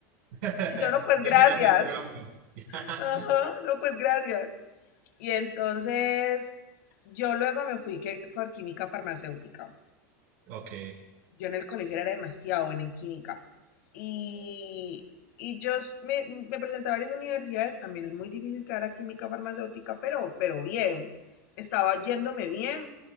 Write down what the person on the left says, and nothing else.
Y yo, no, pues
gracias.
Ajá, no, pues gracias. Y entonces yo luego me fui que, por química farmacéutica.
yo en el colegio era demasiado buena en química. Y, y yo s- me, me presenté a varias universidades, también es muy difícil quedar a química farmacéutica, pero, pero bien, estaba yéndome bien